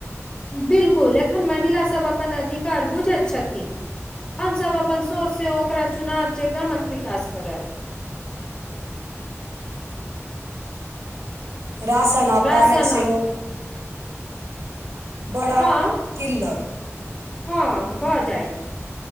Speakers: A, on the left (about 20°); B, on the right (about 75°).
A: बिलकुल एखन महिलासभ अपन अधिकार बुझैत छथि हमसभ अपन सोचसँ ओकरा चुनाब जे गामक विकास करत <inaudible>
B: राशन आ
A: राशन
B: पैनक सेहो
A: आ-
B: बड़ा
A: हँ
B: किल्लत
A: हँ भऽ जाय